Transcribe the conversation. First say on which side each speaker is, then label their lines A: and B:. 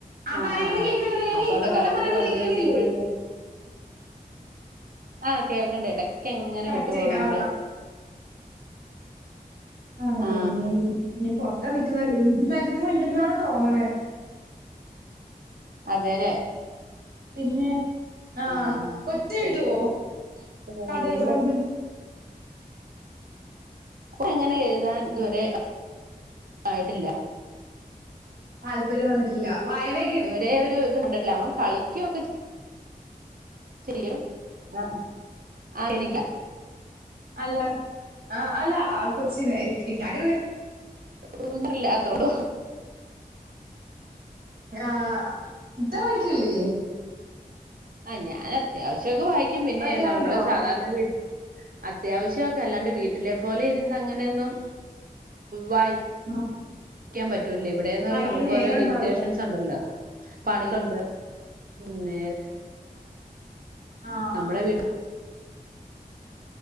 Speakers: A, on the right (about 85°); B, on the right (about 65°).
A: ആ
B: ആഹ്
A: പറയുന്ന
B: ആഹ് ആഹ്
A: കേൾക്കണ്ടല്ലോ ഞാൻ
B: അപ്പൊണ്ട്
A: കേ
B: കറക്റ്റ്
A: ഞാൻ പറയുന്ന
B: വന്ന്
A: കേൾക്കുന്നില്ലേ
B: കിട്ടിയപ്പോഴത്തേ ആഹ് കേൾക്കണ്ടേ ഇടക്ക എങ്ങനെ
A: കറക്റ്റ്
B: വിട്ടു പോണ
A: ആയിട്ട് ആഹ്
B: പോലെ-
A: ആഹ് ആണല്ലേ
B: ആ
A: ഇ ഇ പുറത്താ നിക്കുന്ന മാക്സിമം ഉണ്ടന്നാണ് തോന്നണ
B: അതെല്ലേ-
A: പിന്നെ ആഹ്
B: ആ ആ
A: കൊച്ച എഴുതോ
B: ചിലപ്പോ റേഞ്ചിന്റെ
A: കഥയകത്?
B: എങ്ങനെ എഴുതാൻ ഇതുവരെ ആയിട്ടില്ല.
A: താല്പര്യം വന്നിട്ടില്ല വായന
B: ഇതുവരെ ഒരു ഇത്ണ്ടില്ല അവൻ കളിക്കും ഒക്കെ ചെയ്യും ആഹ് ആഹ് എനിക്കാ
A: അല്ല ആഹ് അല്ല കൊച്ചിന് ഇട്ട അക
B: ഓന്നറല്ല അത്രോട
A: ആഹ് ഇത വഴിക്കില്ലേ
B: ആഹ് ഞാൻ അത്യാവശ്യംസാക്കെ വായിക്കും പിന്നെ
A: വായിക്കാറുണ്ടോ
B: നമ്മള് സാധാരണ വീട് അത്യാവശ്യൊക്കെ അല്ലാണ്ട് വീട്ടിലെ പോലെ ഇരുന്ന് അങ്ങനെയൊന്നും വായി
A: ആഹ്
B: ക്കാൻ പറ്റൂല ഇവിടെന്ന് പറയ്പ
A: വായിക്കാൻ
B: നമുക്ക്
A: നേരം
B: ഓരോ ലിമിറ്റേഷൻസ്
A: ഉണ്ടാവില്ല
B: ഉണ്ടല്ലോ പണികണ്ട് ഉം നേര്
A: ആഹ്
B: നമ്മുടെ വീട്ടിലിൽ